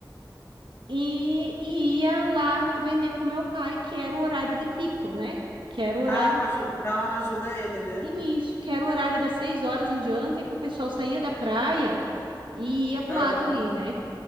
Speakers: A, on the right; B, on the left.
A: e, e ia lá vender com meu pai, que era o horário de pico, né? Que era o horário.
B: Ah, pra ajudar, dar uma ajuda a ele, né?
A: e Isso, que era o horário das seis horas em diante, é que o pessoal saía da praia e ia pro
B: Aham,
A: lado ali, né?